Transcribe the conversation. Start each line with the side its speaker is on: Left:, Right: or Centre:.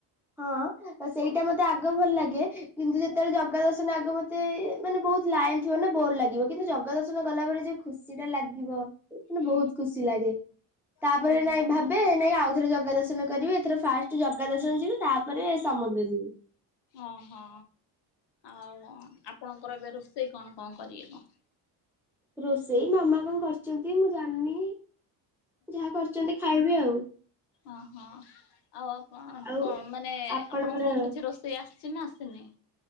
Centre: ହଁ ସେଇଟା ମତେ ଆଗ ଭଲ ଲାଗେ। କିନ୍ତୁ ଯେତେବେଳେ ଜଗା ଦର୍ଶନ ଆଗ ମତେ ମାନେ ବହୁତ ଲାଇନ୍ ଥିବ ନା ବୋର ଲାଗିବ। କିନ୍ତୁ ଜଗ ଦର୍ଶନ କଲା ପରେ ଯୋଉ ଖୁସି ଟା ଲାଗିବ। ମ
Left: ହୁଁ
Centre: ବହୁତ ଖୁସି ଲାଗେ ତାପରେ
Left: ହୁଁ ହୁଁ
Centre: ନାଇଁ ଭା ନାଇଁ ଆଉଥରେ ଜଗା ଦର୍ଶନ କରିବି ଏଥର ଫାଷ୍ଟ ଜଗା ଦର୍ଶନ ଯିବି ତାପରେ ସମୁଦ୍ର ଯିବି।
Left: ଓହଁ ଆଉ ଆପଣଙ୍କର ଏବେ ରୋଷେଇ କଣ କଣ କରିବେ?
Centre: ରୋଷେଇ ମାମା କଣ କରିଛନ୍ତି ମୁଁ ଜାଣିନି। ଯାହା କରିଛନ୍ତି ଖାଇବି ଆଉ।
Left: ଓ ହୋ ଆଉ ଆପଣ
Centre: ଆଉ
Left: କଣ ମାନେ
Centre: ଆପଣଙ୍କର
Left: ଆପଣଙ୍କୁ କଣ କିଛି ରୋଷେଇ ଆସିଛି ନା ଆସିନି।